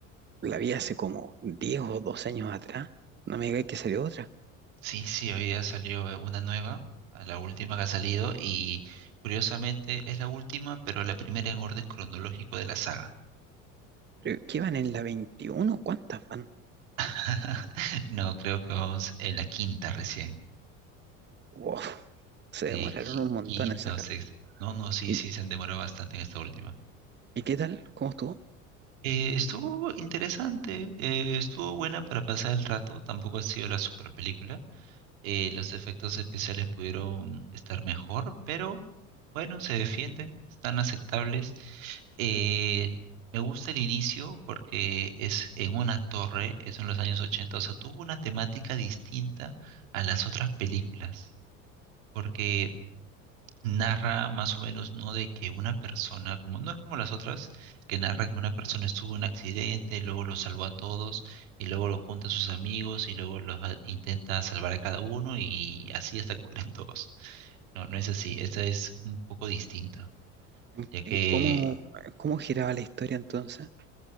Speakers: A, on the right; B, on the right.
A: la vi hace como 10 o 12 años atrás. No me digáis que salió otra.
B: Sí, sí, hoy día salió eh, una nueva, a la última que ha salido y curiosamente es la última, pero la primera en orden cronológico de la saga.
A: ¿Pero qué van en la veintiuno ¿Cuántas van?
B: <laughs> No, creo que vamos en la quinta recién.
A: Wow, <laughs> se demoraron
B: Sí, qui-
A: un montón
B: quinta
A: en sacarla.
B: o sexta. No, no, sí,
A: ¿Y,
B: sí, se han demorado bastante en esta última.
A: y qué tal? ¿Cómo estuvo?
B: Eh, estuvo interesante, eh, estuvo buena para pasar el rato, tampoco ha sido la super película. eh, los efectos especiales pudieron estar mejor, pero bueno, se defienden, están aceptables. Eh, me gusta el inicio porque es en una torre, es en los años ochenta o sea, tuvo una temática distinta a las otras películas, porque narra más o menos, ¿no? De que una persona, como no es como las otras, que narra que una persona estuvo en un accidente, luego lo salvó a todos, y luego lo junta a sus amigos, y luego los a- intenta salvar a cada uno, y así hasta <laughs> que mueren todos. No, no es así. Esta es un poco distinto,
A: ¿En-
B: ya
A: en
B: que
A: cómo cómo giraba la historia entonces?